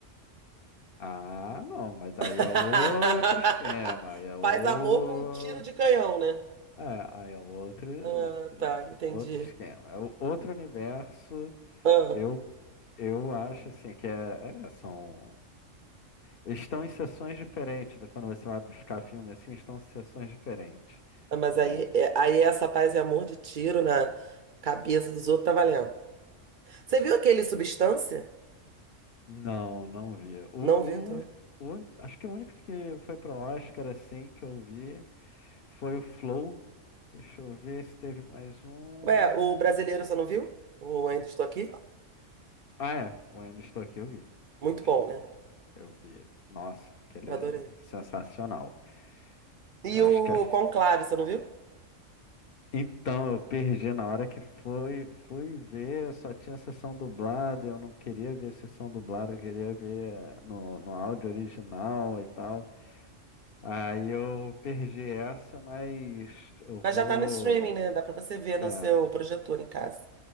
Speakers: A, on the left; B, on the right.
A: Ah, não, mas aí
B: <laughs>
A: é outro esquema, aí é o...
B: Paz e amor com um tiro de canhão, né?
A: é, aí é outro,
B: Ah,
A: outro,
B: tá, entendi.
A: outro esquema, é o- outro universo.
B: Ah.
A: Eu, eu acho assim que é, é, são estão em sessões diferentes. né? Quando você vai buscar filme assim, estão em sessões diferentes,
B: Ah, Mas
A: né?
B: aí, é- aí essa paz e amor de tiro na cabeça dos outros tá valendo. Você viu aquele Substância?
A: Não, não vi. O,
B: Não viu também.
A: o, o acho que o único que foi pro Oscar assim que eu vi foi o Flow. Deixa eu ver se teve mais um.
B: Ué, o Brasileiro você não viu? O Ainda Estou Aqui?
A: Ah, é. O Ainda Estou Aqui eu vi.
B: Muito
A: O Ainda
B: bom,
A: Estou Aqui
B: né?
A: eu vi. Eu vi. Nossa, aquele
B: Eu
A: é
B: adorei.
A: sensacional.
B: E
A: Eu acho
B: o
A: que é.
B: Conclave, você não viu?
A: Então, eu perdi na hora que foi, fui ver, só tinha sessão dublada, eu não queria ver sessão dublada, eu queria ver no, no áudio original e tal. Aí eu perdi essa, mas eu vou.
B: Mas já tá no streaming, né? Dá pra você ver no
A: É,
B: seu projetor em casa.